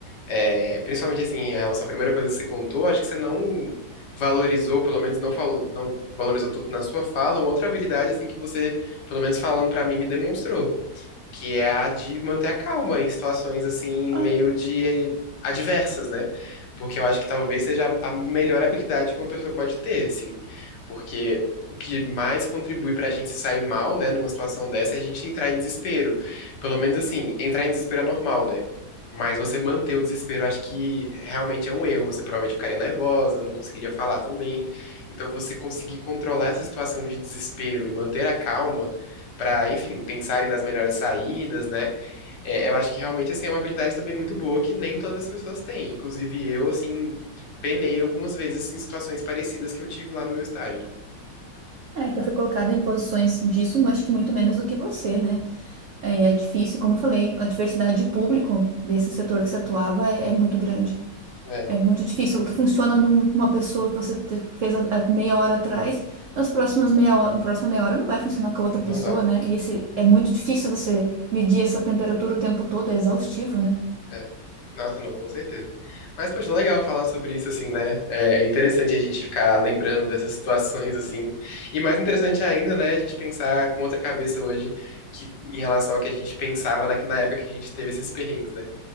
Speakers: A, on the left; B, on the right.
A: é, principalmente assim, em relação à primeira coisa que você contou, acho que você não valorizou, pelo menos não falou, não valorizou tanto na sua fala, uma outra habilidade assim que você, pelo menos falando pra mim, me demonstrou. que é a de manter a calma em situações assim
B: Ah,
A: meio de eh, adversas, né? Porque eu acho que talvez seja a melhor habilidade que uma pessoa pode ter, assim. Porque o que mais contribui pra gente se sair mal, né, numa situação dessa, é a gente entrar em desespero. Pelo menos assim, entrar em desespero é normal, né? Mas você manter o desespero, eu acho que realmente é um erro. Você provavelmente ficaria nervosa, não conseguiria falar tão bem. Então, você conseguir controlar essa situação de desespero e manter a calma para, enfim, pensarem nas melhores saídas, né? É, eu acho que realmente, assim, é uma habilidade também muito boa que nem todas as pessoas têm. Inclusive eu, assim, penei algumas vezes em situações parecidas que eu tive lá no meu estágio, né?
B: É, que eu fui colocada em posições disso, mas que muito menos do que você, né? É,
A: Hum,
B: e é difícil, como eu falei, a diversidade de público desse setor que você atuava é, é muito grande.
A: É,
B: É muito difícil. O que funciona num- numa pessoa que você te- fez há há meia hora atrás, nas próximas meia hora, na próxima meia hora não vai funcionar com a outra pessoa,
A: não vai.
B: né? E esse, é muito difícil você medir essa temperatura o tempo todo, é exaustivo, né?
A: É. Nossa, não, com certeza. Mas, poxa, legal falar sobre isso, assim, né? É é interessante a gente ficar lembrando dessas situações, assim. E mais interessante ainda, né, a gente pensar com outra cabeça hoje que, em relação ao que a gente pensava na, na época que a gente teve esses perrengues, né?